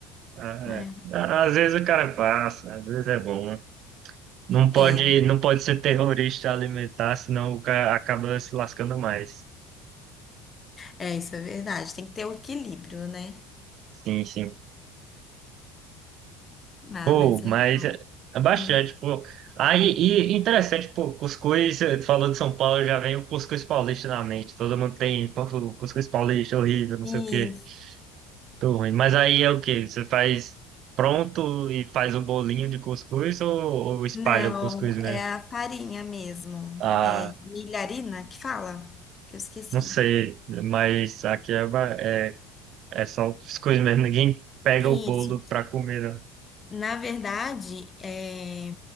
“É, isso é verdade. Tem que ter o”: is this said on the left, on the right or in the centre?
Left